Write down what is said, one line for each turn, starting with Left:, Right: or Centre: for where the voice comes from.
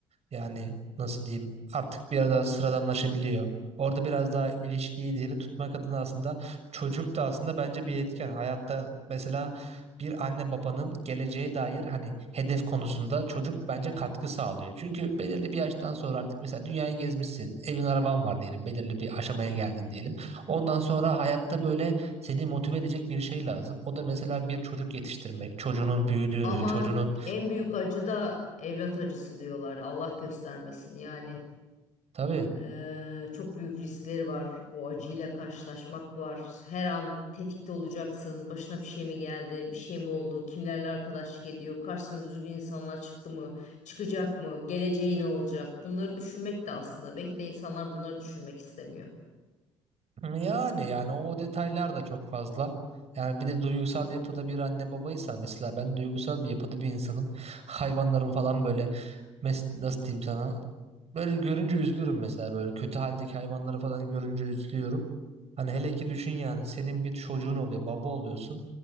Right: Yani nasıl diyeyim artık biraz daha sıradanlaşabiliyor. Orada biraz daha ilişkiyi diri tutmak adına aslında çocuk da aslında bence bir etken. Hayatta mesela bir anne babanın geleceğe dair hani hedef konusunda çocuk bence katkı sağlıyor. Çünkü belirli bir yaştan sonra artık mesela dünyayı gezmişsin, evin araban var diyelim, belirli bir aşamaya geldin diyelim. Ondan sonra hayatta böyle seni motive edecek bir şey lazım. O da mesela bir çocuk yetiştirmek, çocuğunun büyüdüğünü,
Left: Ama
Right: çocuğunun
Left: en büyük acı da evlat acısı diyorlar. Allah göstermesin yani.
Right: tabii
Left: Ee, çok büyük riskleri var. O acıyla karşılaşmak var. Her an tetikte olacaksın. Başına bir şey mi geldi? Bir şey mi oldu? Kimlerle arkadaşlık ediyor? Karşısına düzgün insanlar çıktı mı? Çıkacak mı? Geleceği ne olacak? Bunları düşünmek de aslında. Belki de insanlar bunları düşünmek istemiyor.
Right: Yani yani o detaylar da çok fazla. Yani bir de duygusal yapıda bir anne babaysan mesela ben duygusal bir yapıda bir insanım. Hayvanlarım falan böyle mes nasıl diyeyim sana? Böyle görünce üzülürüm mesela böyle kötü haldeki hayvanları falan görünce üzülüyorum. Hani hele ki düşün yani senin bir çocuğun oluyor, baba oluyorsun.